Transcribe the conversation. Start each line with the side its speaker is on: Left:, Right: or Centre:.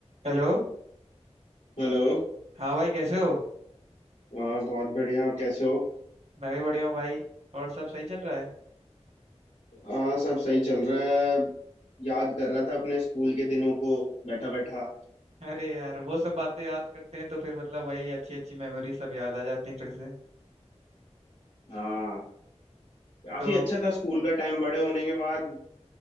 Right: Hello
Left: हेलो
Right: हाँ भाई कैसे हो
Left: आ, बहुत बढ़िया आप कैसे हो
Right: मैं भी बढ़िया हूँ भाई और सब सही चल रहा है
Left: आ, सब सही चल रहा है याद कर रहा था अपने स्कूल के दिनों को बैठा बैठा
Right: <laughs> अरे यार वो सब बातें याद करते हैं तो फिर मतलब वही अच्छी अच्छी मेमोरी सब याद आ जाती हैं फिर से
Left: हाँ काफी
Right: तो
Left: अच्छा था स्कूल का टाइम बड़े होने के बाद